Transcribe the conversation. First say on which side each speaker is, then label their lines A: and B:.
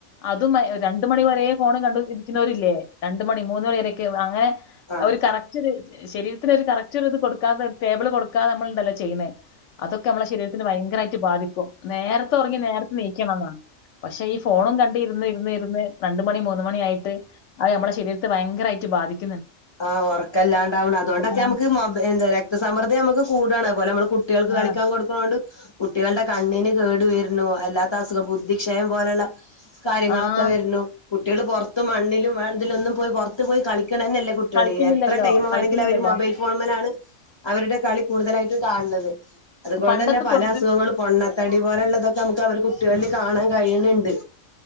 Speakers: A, on the left; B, on the left.
A: അതും രണ്ടു മണി വരെ ഫോൺ കണ്ട് ഇരിക്കുന്നവരില്ലേ രണ്ടു മണി മൂന്ന് <unintelligible> അങ്ങനെ
B: ആഹ്
A: ഒരു കറക്റ്റ് ഒരു ശരി കറക്റ്റ്ത് കൊടുകാതെ ടെബിൾ കൊടു നക്ക നമ്മൾന്തല്ല ചെയ്യുന്നത് അതൊക്കെ നമ്മളെ ശരീരത്തിന് ഭയങ്കരമായിട്ട് ബാധിക്കും നേരത്തെ ഉറങ്ങി നേരത്തെ നീക്കണം എന്നാണ് പക്ഷെ ഈ ഫോണും കണ്ട ഇരുന്ന് ഇരുന്ന് ഇരുന്ന് രണ്ട മണി മൂന്ന മണിയായിട്ട് അത് നമ്മുടെ ശരീരത്തെ ഭയങ്കരമായിട്ട് ബാധിക്കും
B: ആ ഉറക്കല്ലാണ്ടാവണ് അതുകൊണ്ടൊക്കെ
A: ആഹ്
B: നമുക്ക് എ രക്തസമ്മദ്ദ നമുക്ക് കൂടാണ് അലെ നമ്മൾ കുട്ടികൾക്ക്
A: ആഹ്
B: കളിക്കാൻ കൊടുക്കണൊണ്ട് കുട്ടികളുടെ കണ്ണിനു കേടു വരുന്നു, അല്ലാതെ അസുഖം, ബുദ്ധിക്ഷയം പോലെ ഉള്ള - കാര്യങ്ങൾ
A: ആഹ്
B: ഒക്കെ വരുന്നു കുട്ടികള് മണ്ണിലും ഇതിലും പൊറത്തു പോയി കളിക്കണത് തന്നെ എല്ലാർക്കും
A: കളിക്കുന്നില്ലല്ലോ
B: - എത്ര ടൈം
A: കളിക്കുന്നില്ലല്ലോ.
B: വേണമെങ്കിലും അവര് മൊബൈലെഫോൺ ഉം മേൽ ആണ് അവരുട കളി കൂടുതൽ ആയിട്ടും - ഇത് കാണണത് അതുപോലെ
A: പണ്ടത്തെ
B: തന്നെ പല
A: തൊണ്ണൂ
B: അസുഖങ്ങളും, പോന്നതടി പോലെ ഉള്ളതൊക്കെ നമുക്ക് അവർക്കു - കുട്ടികളിൽ കാണാൻ കഴിയുന്നുണ്ട്